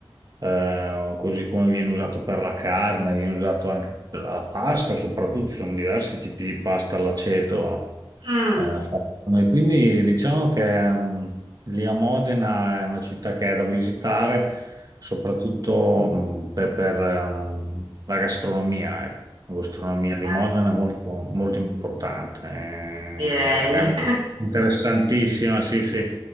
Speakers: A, on the right; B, on the right.
A: eh, così come viene usato per la carne, viene usato anche per la pasta, soprattutto ci sono diversi tipi di pasta all'aceto.
B: mm, mm,
A: eh, fatta da noi. quindi diciamo che mm, lì a Modena è una città che è da visitare soprattutto mh, per, per, ehm, la gastronomia. ecco. La gastronomia di
B: eh,
A: Modena è molto, molto importante eh,
B: direi.
A: ed è un-
B: <laughs>
A: interessantissima, sì, sì.